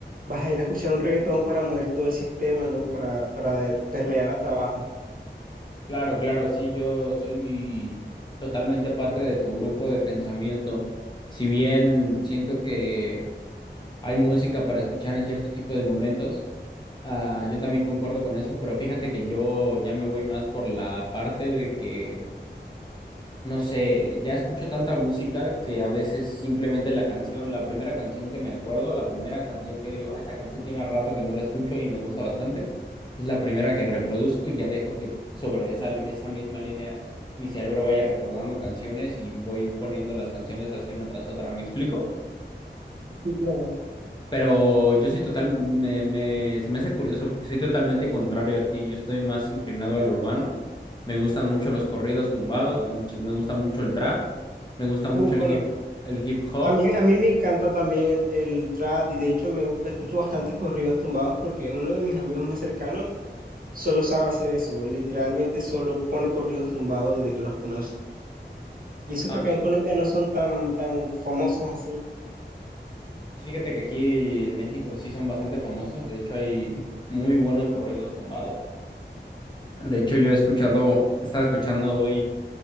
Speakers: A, on the right; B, on the left.
A: Vas a ir a escuchar un reggaetón para mover todo el sistema, ¿no? Para, para perrear hasta abajo.
B: Claro, claro, sí, yo soy totalmente parte de tu grupo de pensamiento. Si bien siento que hay música para escuchar en cierto tipo de momentos, ah, yo también concuerdo con eso, pero fíjate que yo ya me voy más por la parte de que no sé, ya escucho tanta música que a veces simplemente la canción, la primera canción que me acuerdo, la primera canción que digo, ah, esta canción tiene rato que no la escucho y me gusta bastante, es la primera que reproduzco y ya dejo que sobre esa, li- esa misma línea mi cerebro vaya recordando canciones y voy poniendo las canciones así una tras otra, ¿me explico?
A: Sí, claro.
B: Pero yo soy total, me, me, se me hace curioso porque soy totalmente contrario a ti, yo estoy más inclinado al urbano, me gustan mucho los corridos tumbados, me, guch- me gusta mucho el trap. Me gusta mucho
A: Uh,
B: el
A: bueno,
B: hip, el hip hop.
A: a mí, a mí me encanta también el, el trap y de hecho me escucho bastante corridos tumbados porque uno de mis amigos más cercanos solo sabe hacer eso, literalmente solo pone corridos tumbados desde que los conoce. Y eso
B: Ah,
A: que acá en Colombia no son tan, tan famosos así.
B: pues fíjate que aquí en México sí son bastante famosos. De hecho, hay muy buenos corridos tumbados. De hecho, yo he escuchado, estaba escuchando hoy